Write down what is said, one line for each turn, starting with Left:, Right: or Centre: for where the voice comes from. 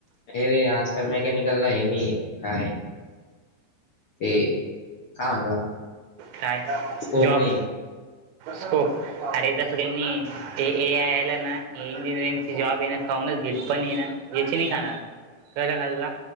Left: हे रे आंजकांल मेकॅनिकलला हे नाहीं कायं ते कायं म्हंनतां त्यांला
Right: काय
Left: स्कोप
Right: जॉब
Left: नाहीं आहे
Right: स्कोप अरे तसं कांहीं मी ते ए आय आयलां नां इंजिनिअरिंग ची जॉब येणं खाऊंनच गेली पणं ये यांची नाहीं खाणांर कळलं कां तुलां